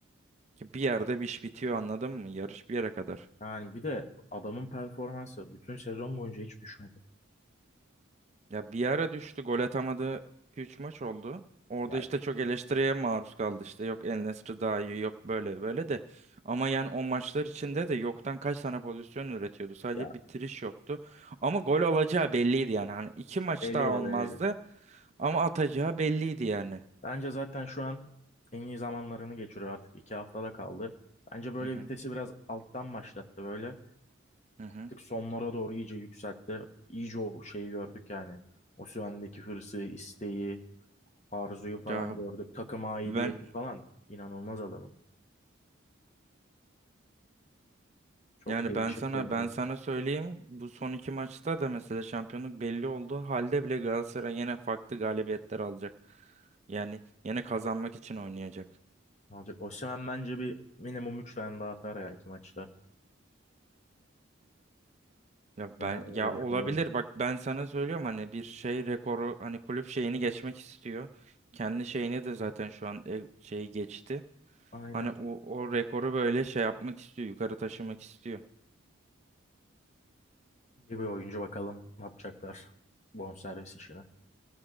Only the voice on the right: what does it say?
ki bir yerde bir iş bitiyor anladın mı? Yarış bir yere kadar.
Ya bir ara düştü gol atamadı 2-3 maç oldu. Orada
işte çok eleştiriye maruz kaldı işte yok El Nesri daha iyi yok böyle böyle de. Ama yani o maçlar içinde de yoktan kaç tane pozisyon üretiyordu. Sadece
bitiriş yoktu. Ama gol olacağı belliydi yani. Hani iki maç
daha olmazdı
ama atacağı belliydi yani.
Hı hı
hı hı.
Ya
ben
yani
ben sana
ben sana söyleyeyim bu son iki maçta da mesela şampiyonluk belli oldu. Halde bile Galatasaray yine farklı galibiyetler alacak. Yani yine kazanmak için oynayacak.
Ya
ben ya
olabilir bak ben sana söylüyorum hani bir şey rekoru hani kulüp şeyini geçmek istiyor. Kendi şeyini de zaten şu an e- şeyi geçti.
Hani o, o rekoru böyle şey yapmak istiyor, yukarı taşımak istiyor.